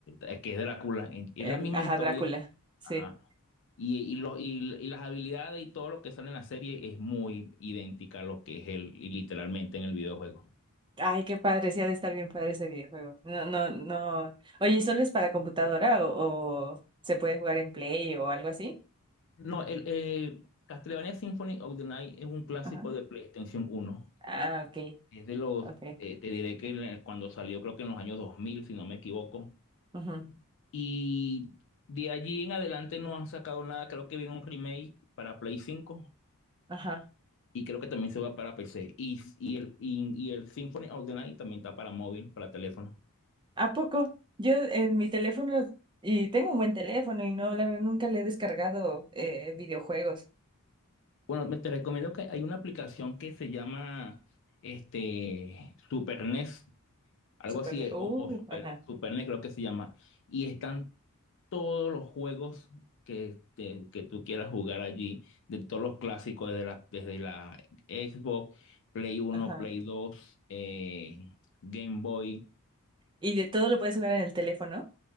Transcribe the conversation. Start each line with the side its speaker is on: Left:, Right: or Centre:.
Left: eh, que es Drácula. En- Es
Right: el,
Left: la misma
Right: ajá,
Left: historia.
Right: Drácula, sí.
Left: Ajá. Y, y, lo- y- y las habilidades y todo lo que sale en la serie es muy idéntica a lo que es él, y literalmente en el videojuego.
Right: Ay, qué padre, sí ha de estar bien padre ese videojuego. No, no, no. Oye, ¿y solo es para computadora o, o se puede jugar en Play o algo así?
Left: No, el, eh, Castlevania Symphony of the Night es un clásico
Right: Ajá.
Left: de PlayStation uno.
Right: Ah, ok,
Left: Es de los,
Right: ok.
Left: eh, te diré que en la- cuando salió creo que en los años dos mil si no me equivoco.
Right: Ujú,
Left: Y de allí en adelante no han sacado nada. Creo que viene un remake para Play cinco
Right: Ajá.
Left: y creo que también se va para PC. Y, y, el, y, y el Symphony of the Night también está para móvil, para teléfono.
Right: ¿A poco? Yo en mi teléfono, y tengo un buen teléfono y no, la verdad, nunca le he descargado eh, videojuegos.
Left: Bueno, me- te recomiendo que hay una aplicación que se llama este, Super NES, algo
Right: Super.
Left: así, eh,
Right: Uh,
Left: o, o Super,
Right: ajá,
Left: Super NES creo que se llama. Y están todos los juegos que, te- que tú quieras jugar allí, de todos los clásicos, desde la, desde la Xbox, Play Uno
Right: ajá.
Left: Play Dos eh, Game Boy,
Right: ¿Y de todo lo puedes jugar en el teléfono?